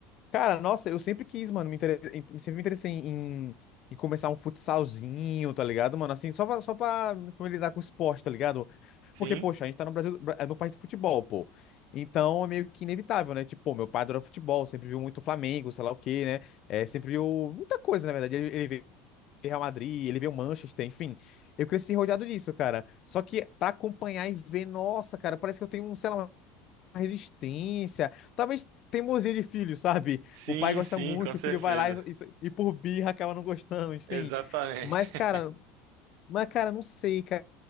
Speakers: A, on the left (about 35°); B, on the right (about 70°).
A: Cara, nossa, eu sempre quis, mano, me inter... em- sempre me interessei em, em começar um futsalzinho, tá ligado, mano? Assim, só pra, só pra me familiarizar com o esporte, tá ligado?
B: Sim,
A: Porque, poxa, a gente tá no Brasil, Bra- é no país do futebol, pô. Então é meio que inevitável, né? Tipo, pô, meu pai adora futebol, sempre viu muito Flamengo, sei lá o quê, né? É, sempre viu muita coisa, na verdade. Ele, ele vê Real Madrid, ele vê o Manchester, enfim. Eu cresci rodeado disso, cara. Só que pra acompanhar e ver, nossa, cara, parece que eu tenho, um, sei lá, uma resistência. Talvez teimosia de filho, sabe?
B: sim,
A: O pai gosta
B: sim,
A: muito,
B: com certeza.
A: o filho vai lá e, e, so, e por birra acaba não gostando, enfim.
B: Exatamente.
A: Mas, cara, mas, cara, não sei, cara.